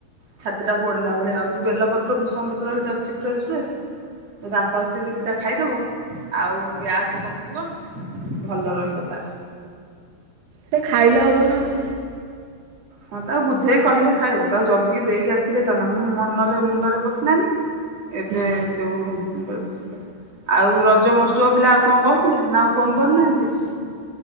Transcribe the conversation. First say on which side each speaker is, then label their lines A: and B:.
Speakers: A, on the right; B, on the right.
A: ଛାତି ଟା ପୋଡିଲା ଭଳିଆ ହଉଛି, ବେଲପତ୍ର, ଭେଷୁଙ୍ଗା ପତ୍ର ସେଇଠି ଅଛି ଫ୍ରେଶ୍ ଫ୍ରେଶ୍? ଦାନ୍ତ ଘଷି କି ଦିଟା ଖାଇଦବ, ଆଉ ଗ୍ୟାସ କମିଯିବ। ଭଲ ରହିବ ତାର।
B: ସେ ଖାଇଲେ ହବ ନା ଆଉ।
A: ହଁ ତାକୁ ବୁଝେଇ କହିଲେ ଖାଇବ, ତାକୁ ଜଗିକି ଦେଇକି ଆସିଥିଲେ ହେଇଥାନ୍ତା, ମୁଁ ମନରେ ମୁଣ୍ଡରେ ପଶିଲାନି। ଏବେ
B: ହୁଁ।
A: ଯୋଉ ମୁଣ୍ଡରେ ପଶିଲା। ଆଉ ରଜ ମହୋତ୍ସବ ପିଲା ଆଉ କଣ କହୁଥିଲେ ନା ଆଉ ଫୋନ କରିନାହାନ୍ତି?